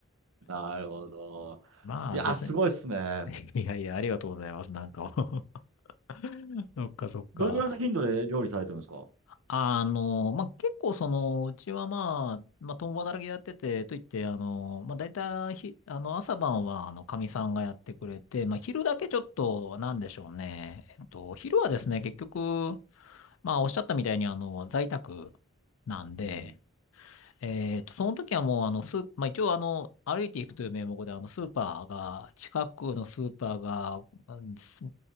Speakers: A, on the right (about 80°); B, on the left (about 75°).
A: なるほど。
B: まあ、
A: いや、
B: 別に、
A: すごいっすね。
B: <laughs> いやいや、ありがとうございます。なんかもう <laughs>、そっか、そっか。
A: どれぐらいの頻度で料理されてるんですか
B: あの、まあ、結構その、うちはまあ、まあ、共働きでやってて、といって、あの、まあ、大体ひ、あの、朝晩は、あの、かみさんがやってくれて、まあ、昼だけちょっと、なんでしょうね。えっと、昼はですね、結局、まあ、おっしゃったみたいに、あの、在宅なんで、
A: うん。
B: えっと、その時はもう、あの、スー、まあ、一応、あの、歩いていくという名目で、あの、スーパーが、近くのスーパーが、うんす